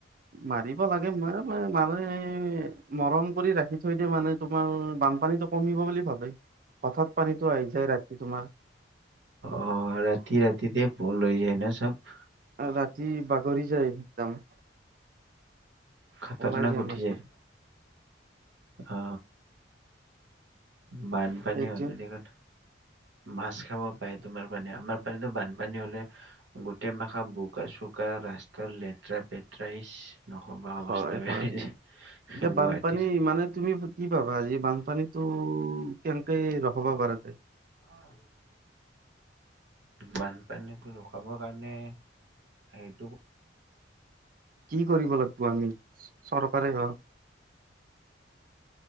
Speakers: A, on the right; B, on the right.
A: মাৰিব লাগে মই ম মানে মৰম কৰি ৰাখি থৈ দিয়ে মানে তোমাৰ বানপানীটো কমিব বুলি ভাবে হঠাৎ পানীটো আহি যায় ৰাতি তোমাৰ
B: অ ৰাতি ৰাতিতে লৈ যায় ন চব
A: ৰাতি বাগৰি যায় একদম
B: খাতাৰনাক
A: ওলাই
B: উঠি
A: মাছবোৰ
B: যায় অ অ বানপানী
A: সেইটো
B: হলে দিনক মাছ খাব পাই তোমাৰ ফালে আমাৰ ফালেটো বানপানী হলে গোটেই মাখা বোকা চোকা ৰাস্তাৰ লেতেৰা পেতেৰাইছ নকবা আৰু
A: হয়
B: অৱস্থা বেয়া
A: হয়
B: হৈ যায়
A: এতিয়া বানপানী
B: গুৱাহাটীৰ
A: মানে তুমি কি পাবা আজি বানপানীতো কেনেকে ৰখাবা পৰা যায়
B: <unintelligible> বানপানীতটো ৰখাব কাৰণে সেইটো
A: কি কৰিব লাগিব আমি চৰকাৰে হওক